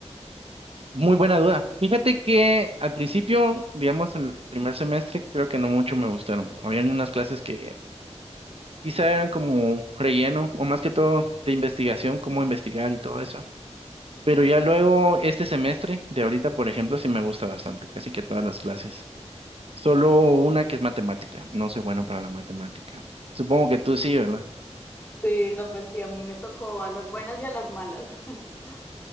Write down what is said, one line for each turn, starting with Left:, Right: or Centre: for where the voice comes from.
Right: Muy buena duda. Fíjate que al principio, digamos, el primer semestre, creo que no mucho me gustaron. Habían unas clases que quizá eran como relleno o más que todo de investigación, cómo investigar y todo eso. Pero ya luego, este semestre de ahorita, por ejemplo, sí me gusta bastante, casi que todas las clases. Solo una que es matemática. No soy bueno para la matemática. Supongo que tú sí, ¿verdad?
Left: Sí, no, pues sí, a mí me tocó a las buenas y a las malas. <laughs>